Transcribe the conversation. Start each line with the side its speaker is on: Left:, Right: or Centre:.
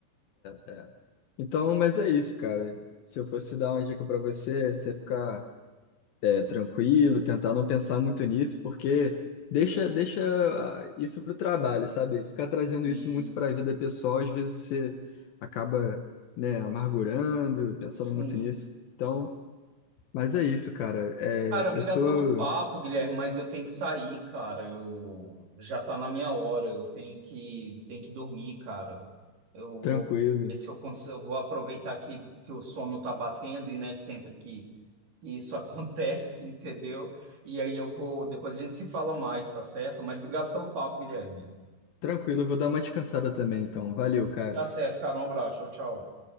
Left: É, é. Então, mas é isso, cara. Se eu fosse dar uma dica pra você, é você ficar é, tranquilo, tentar não pensar muito nisso, porque deixa, deixa ah, isso pro trabalho, sabe? Ficar trazendo
Right: Sim,
Left: isso muito pra vida pessoal, às vezes você acaba, né, amargurando, pensando
Right: sim.
Left: muito nisso. Então, mas é isso, cara. É,
Right: Cara, obrigado
Left: eu tô
Right: pelo papo, Guilherme, mas eu tenho que sair, cara. Eu já tá na minha hora, eu tenho que tenho que dormir, cara. Eu
Left: tranquilo.
Right: vou ver se eu consigo, eu vou aproveitar que, que o sono tá batendo e não é sempre que, que isso <laughs> acontece, entendeu? E aí eu vou, depois a gente se fala mais, tá certo? Mas obrigado pelo papo, Guilherme.
Left: Tranquilo, eu vou dar uma descansada também, então. Valeu, cara.
Right: Tá certo, cara. Um abraço. Tchau, tchau.